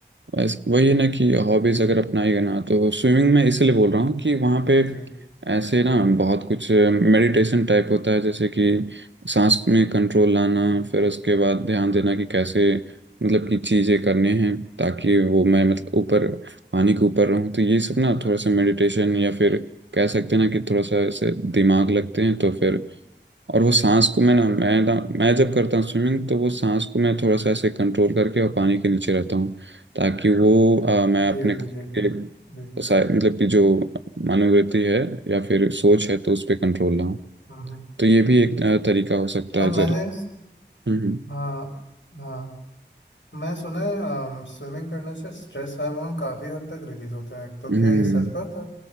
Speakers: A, on the right; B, on the left.
A: बस वही है ना कि हॉबीज अगर अपनाएगा ना तो स्विमिंग में इसीलिए बोल रहा हूँ कि वहाँ पे
B: जी
A: ऐसे ना बहुत कुछ मेडिटेशन टाइप होता है जैसे कि सांस में कंट्रोल लाना
B: जी
A: फिर उसके बाद ध्यान देना कि कैसे मतलब कि चीज़ें करनी हैं ताकि वो मैं मतलब ऊपर पानी के ऊपर रहूँ तो ये सब ना थोड़ा सा मेडिटेशन या फिर कह सकते हैं ना कि थोड़ा सा ऐसे दिमाग लगते हैं तो फिर और वो सांस को मैं ना मैं ना मैं जब करता हूँ स्विमिंग तो वो सांस को मैं थोड़ा सा ऐसे कंट्रोल करके और पानी के नीचे रहता हूँ ताकि वो अ, मैं
B: जी
A: अपने
B: जी
A: खुद
B: जी जी
A: के
B: जी
A: सा- मतलब कि जो मनोवृत्ति है या फिर सोच है तो उस पर कंट्रोल लाऊं
B: हम्म हम्म।
A: तो ये भी एक अ, तरीका हो सकता
B: और
A: है जरिए
B: मैंने
A: हम्म
B: हाँ हाँ मैं सुना है स्विमिंग करने से स्ट्रेस हार्मोन काफी हद तक रिलीज होते हैं तो
A: हम्म
B: क्या ये सच बात है